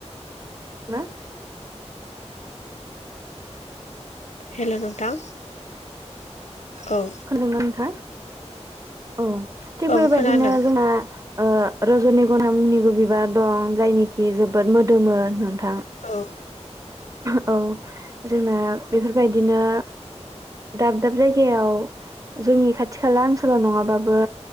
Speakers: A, on the right; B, on the left.
A: मा
B: हेल' नोंथां औ
A: खोनादोंना नोंथा औ थिग
B: औ
A: बेबायदिनो
B: खोनादों
A: जोंना रजनि गना मुंनिबो बिबार दं जायनिखि जोबोद मोदोमो नों थां
B: औ
A: औ जोंना बेफोर बेबायदिनो दाब दाब जायगा गायाव जोंनि खाथि खाला ओनसोलाव नङाबाबो